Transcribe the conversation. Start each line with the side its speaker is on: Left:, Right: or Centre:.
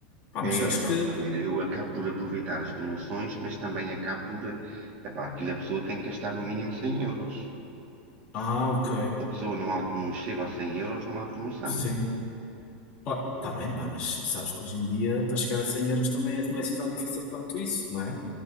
Left: Pá, mas
Right: É,
Left: eu acho que.
Right: vamos lá ver, eu acabo por aproveitar as promoções, mas também acabo por, epá, aquilo a pessoa tem que gastar no mínimo 100 euros.
Left: Ah, ok.
Right: Se a pessoa não, há- não chega aos 100 euros, não há promoção.
Left: Sim. Ó, tá bem, pá, mas sabes que hoje em dia, para chegar a 100 euros também é, não é assim tão difícil quanto isso, não é?